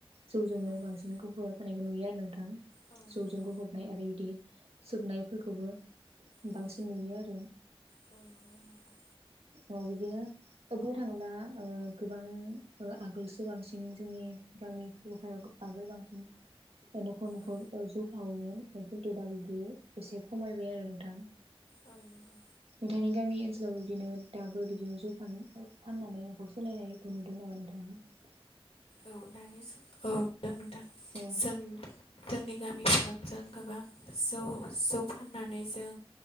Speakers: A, on the right (about 80°); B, on the left (about 85°).
A: जौजोंनो
B: औ
A: बांसिन गबना थानायखौ नुयो आरो नोंथां।
B: औ नंगौ
A: जौजों गबबनाय आरो बिदि सोबनायफोरखौबो
B: औ
A: बांसिन नुयो आरो।
B: औ नंगौ नोंथां
A: औ बिदिनो दा बुंनो थांला ओ गोबां ओ आगोलसो बांसिन जोंनि गामि हफायाव माब बांसिन नखर नखर
B: औ
A: ओ जौ खावो खिन्थु दा बिदि एसे खमायबाय आरो नोंथां।
B: औ नंगौ
A: नोंथांनि गामि ओनसोलाव बिदिनो दाबो बिदिनो जौ फानो फाननानै नखर सालायनायखौ नुदों नामा नोंथाङा
B: औ दानि औ जों दा नोंथां
A: औ
B: जों जोंनि गामिफोराव जों गोबां जौ जौ फाननानै जों